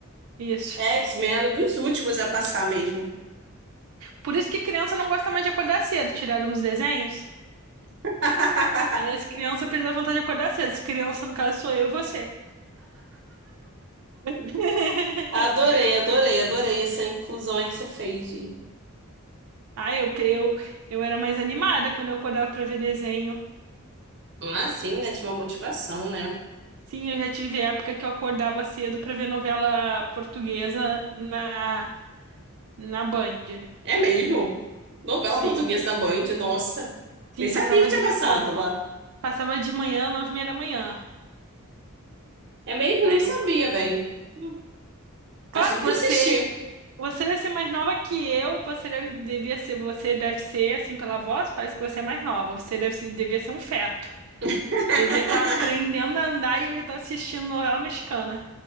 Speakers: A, on the right; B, on the right.
A: isso.
B: É X-Men, um dos últimos a passar mesmo.
A: Por isso que criança não gosta mais de acordar cedo. Tiraram os desenhos.
B: <laughs>
A: Aí as crianças perdem a vontade de acordar cedo. As crianças, no caso, sou eu e você. <laughs>
B: Adorei, adorei, adorei essa inclusão aí que você fez. de-
A: Ah, eu, eu, eu era mais animada quando eu acordava pra ver desenho.
B: Ah, sim, né? Tinha uma motivação, né?
A: Sim, eu já tive época que eu acordava cedo pra ver novela portuguesa na, na Band.
B: É mesmo. Novela
A: Sim,
B: portuguesa da Band, nossa.
A: sim,
B: Nem sabia
A: passava
B: que tinha
A: de,
B: passado
A: ma-
B: lá.
A: passava de manhã, nove e meia da manhã.
B: É mesmo?
A: Aí
B: Nem sabia
A: eu,
B: bem. Hum,
A: claro,
B: Acho que nunca
A: você,
B: assisti.
A: você deve ser mais nova que eu, você deve, devia ser, você deve ser, assim, pela voz, parece que você é mais nova, você deve ser, devia ser um feto.
B: <laughs>
A: Você devia estar aprendendo a andar e eu já estava assistindo novela mexicana,